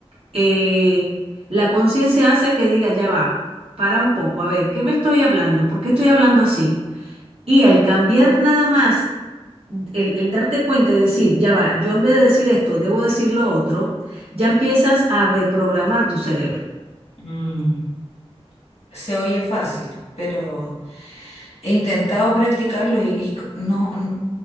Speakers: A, on the right; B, on the left.
A: eh, la conciencia hace que diga, ya va, para un poco, a ver, ¿qué me estoy hablando? ¿Por qué estoy hablando así? Y al cambiar nada más, el, el darte cuenta y decir, ya va, yo en vez de decir esto, debo decir lo otro, ya empiezas a reprogramar tu cerebro.
B: Mm, Se oye fácil, pero he intentado practicarlo y, y c- no, n-